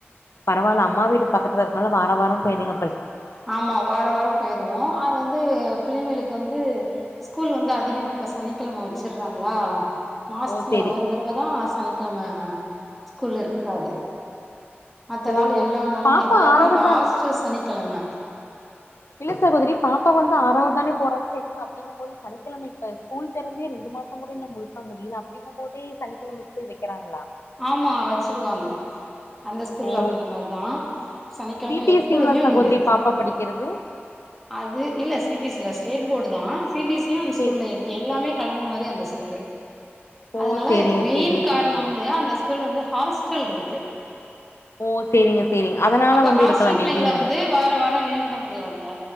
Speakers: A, on the left; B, in the centre.
A: பரவால அம்மா வீடு பக்கத்துல இருக்குறனால வார வாரம் போயிறீங்க
B: ஆமா வார வாரம் போயிருவோ அது வந்து பிள்ளைங்களுக்கு வந்து ஸ்கூல் வந்து அதிகமா இப்ப சனிக்கிழம வச்சுறாங்களா லாஸ்ட்ல
A: ஓ சேரி
B: ‌ஒரு தடவதா சனிக்கிழம ஸ்கூல் இருக்காது மத்த
A: ஓ
B: நாள் எல்லா நாளுமே
A: பாப்பா
B: அதாவது
A: ஆறாவதுதான்
B: லாஸ்ட்டு சனிக்கிழம
A: இல்ல சகோதரி பாப்பா‌ வந்து ஆறாவது தானே போறானு சொன்னீங்க அப்டிங்கும்போது சனிக்கிழம இப்ப ஸ்கூல் திறந்தே ரெண்டு ஒரு மாசம் கூட இ‌ன்னு முழுசா முடில அப்டிங்கும் போதே சனிக்கிழம ஸ்கூல் வைக்கிறாங்க
B: ஆமா வச்சிருவாங்க அந்த ஸ்கூல்ல
A: ஓ
B: அப்டி இந்த மாரிதா சனிக்கிழம
A: சி பி
B: எப்பொழுமே
A: எஸ் சி ங்களா சகோதரி
B: உண்டு
A: பாப்பா படிக்கிறது
B: அது இல்ல சிபிசி ல்ல ஸ்டேட் போர்டுதா சிபிசியு அந்த
A: சேரி
B: ஸ்கூல்ல இருக்கு எல்லாமே கலந்த மாரி அந்த ஸ்கூல்லு
A: ஓ
B: அதனால
A: சேரிங்க
B: மெயின்
A: சேரிங்க
B: காரணோ
A: சகோதரி
B: வந்து அ ங்க ஹாஸ்டல் இருக்கு
A: ஓ சேரிங்க சேரிங்க அதனால
B: அப்ப
A: வந்து
B: ஹாஸ்டல்
A: இருக்கலா
B: பிள்ளைங்கள
A: மேபி வந்துட்டு
B: வந்து ‌வார வாரம் லீவ் விட முடியாதுல்ல